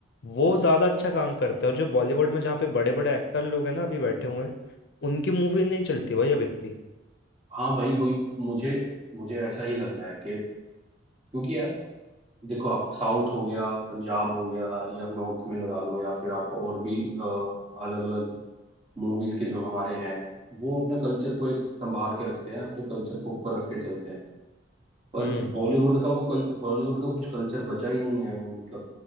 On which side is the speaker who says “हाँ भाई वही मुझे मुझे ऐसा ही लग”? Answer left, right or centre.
Right